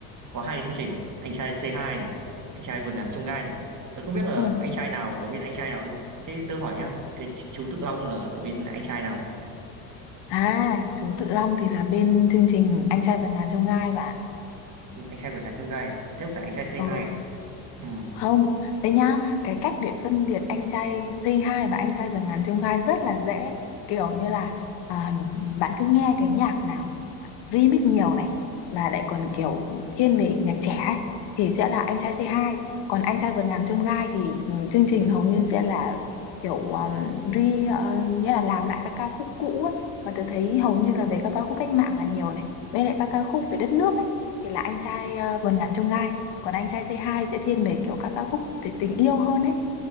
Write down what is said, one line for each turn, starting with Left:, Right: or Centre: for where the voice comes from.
Right: có hai cái chương trình này, Anh trai C2 này, Anh trai vượt ngàn chông gai này. Tớ không biết là
Left: Ừ.
Right: anh trai nào ở bên anh trai nào luôn. Thế tớ hỏi nhá, cái ch- chú Tự Long là ở bên anh trai nào đấy?
Left: à chú Tự Long thì là bên chương trình Anh trai vượt ngàn chông gai bạn
Right: Anh trai vượt ngàn chông gai à? Thế không phải anh trai C2
Left: ừ,
Right: à? Ừ.
Left: không đấy nhá cái cách để phân biệt anh trai Say Hi và anh trai vượt ngàn chông gai rất là dễ kiểu như là à, bạn cứ nghe cái nhạc nào remix nhiều này mà lại còn kiểu thiên về nhạc trẻ ấy, thì sẽ là anh trai C2 còn anh trai vượt ngàn chông gai thì ừ, chương trình hầu như sẽ là kiểu um, re ờ, nghĩa là làm lại các ca khúc cũ ấy mà tôi thấy hầu như là về các ca khúc cách mạng là nhiều này với lại các ca khúc về đất nước ấy thì là anh trai ờ, vườn ngàn chông gai còn anh trai C2 sẽ thiên về kiểu các ca khúc về tình yêu hơn ấy